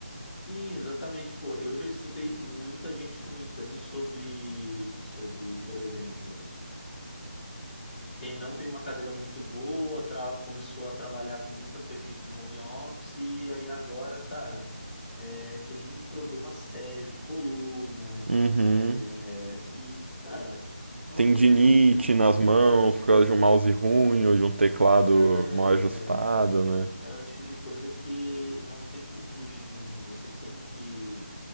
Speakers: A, on the left; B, on the right.
A: Sim, exatamente. Pô, eu já escutei muita gente comentando sobre, sobre, por exemplo, tem, não tem uma cadeira muito boa, tra- começou a trabalhar com muita frequência em home office, e aí agora, cara, é, tem problemas sérios de coluna,
B: Uhum.
A: é, e, cara, não
B: Tendinite
A: tem muito como fugir
B: nas
A: disso,
B: mãos
A: né?
B: por causa de um mouse ruim ou de um teclado
A: É,
B: mal ajustado, né?
A: é, é o tipo de coisa que não tem como fugir muito, você tem que